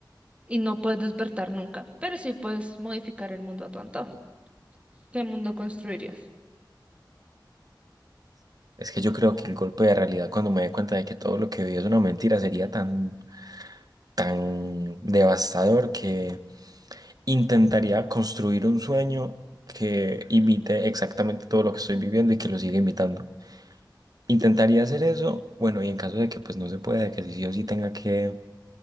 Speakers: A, on the right; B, on the right.
A: Y no puedes despertar nunca, pero sí puedes modificar el mundo a tu antojo. ¿Qué mundo construirías?
B: Es que yo creo que el golpe de realidad cuando me dé cuenta de que todo lo que vi es una mentira sería tan, tan devastador que intentaría construir un sueño que imite exactamente todo lo que estoy viviendo y que lo siga imitando. Intentaría hacer eso, bueno, y en caso de que pues no se pueda, de que sí o sí tenga que